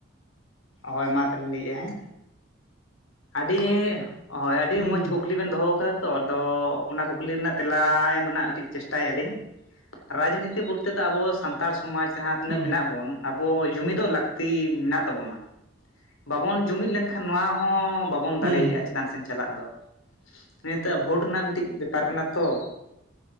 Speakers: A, on the left; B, on the right.
A: ᱦᱳᱭ ᱢᱟ ᱛᱟᱦᱚᱞᱮᱧ ᱞᱟᱹᱭᱮᱜᱼᱟ ᱦᱮᱸ, ᱟᱹᱰᱤ ᱦᱳᱭ ᱟᱹᱰᱤ
B: ᱦᱩᱸ
A: ᱢᱚᱸᱡᱽ ᱠᱩᱠᱞᱤ ᱠᱩᱠᱞᱤ ᱵᱮᱱ ᱫᱚᱦᱚ ᱠᱟᱫᱟ ᱛᱚ ᱟᱫᱚ ᱚᱱᱟ ᱠᱩᱠᱞᱤ ᱨᱮᱱᱟᱜ ᱛᱮᱞᱟ ᱮᱢ ᱨᱮᱱᱟᱜ ᱠᱟᱹᱴᱤᱡ ᱪᱮᱥᱴᱟᱭ ᱟᱞᱤᱧ ᱨᱟᱡᱽᱱᱤᱛᱤ ᱵᱚᱞᱛᱮ ᱫᱚ ᱟᱵᱚ ᱥᱟᱱᱛᱟᱲ ᱥᱟᱱᱛᱟᱲ ᱥᱚᱢᱟᱡᱽ ᱡᱟᱦᱟᱸ ᱛᱤᱱᱟᱹᱜ
B: ᱦᱩᱸ
A: ᱢᱮᱱᱟᱜ ᱵᱚᱱ ᱟᱵᱚ ᱡᱩᱢᱤᱫᱚᱜ ᱞᱟᱹᱠᱛᱤ ᱢᱮᱱᱟᱜ ᱛᱟᱵᱚᱱᱟ, ᱵᱟᱵᱚᱱ ᱡᱩᱢᱤᱫ ᱞᱮᱱᱠᱷᱟᱱ ᱱᱚᱣᱟ ᱦᱚᱸ ᱵᱟᱵᱚᱱ
B: ᱦᱩᱸ
A: ᱫᱟᱲᱮᱭᱟᱜᱼᱟ ᱪᱮᱛᱟᱱ ᱥᱮᱫ ᱪᱟᱞᱟᱜ ᱫᱚ, ᱱᱤᱛᱚᱜ ᱵᱷᱳᱴ ᱨᱮᱱᱟᱜ ᱢᱤᱫᱴᱤᱡ ᱵᱮᱯᱟᱨ ᱠᱟᱱᱟ ᱛᱚ‌,